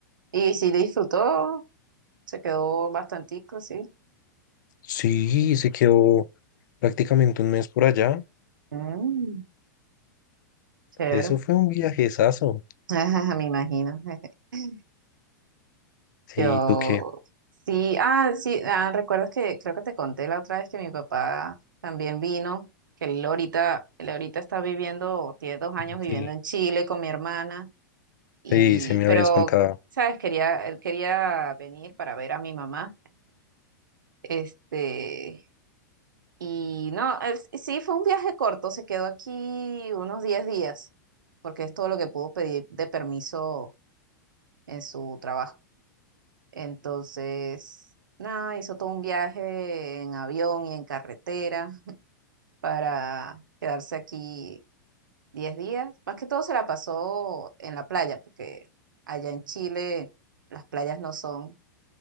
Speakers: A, on the right; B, on the left.
A: y sí disfrutó, se quedó bastantico, sí.
B: Sí, se quedó prácticamente un mes por allá.
A: Mm, chévere.
B: Eso fue un viajezazo.
A: <laughs> Ajá, me imagino. <laughs>
B: Sí,
A: Yo,
B: ¿tú qué?
A: sí, ah, sí, ah, recuerdas que creo que te conté la otra vez que mi papá también vino, que él ahorita, él ahorita está viviendo, tiene dos años viviendo
B: Chile.
A: en Chile con mi hermana. y,
B: Sí, se me habías
A: pero,
B: contado.
A: ¿sabes? Quería, él quería venir para ver a mi mamá. Este, y no, él sí sí, fue un viaje corto, se quedó aquí unos 10 días, porque es todo lo que pudo pedir de permiso en su trabajo. Entonces, nada, hizo todo un viaje en avión y en carretera para quedarse aquí 10 días. Más que todo se la pasó en la playa, porque allá en Chile las playas no son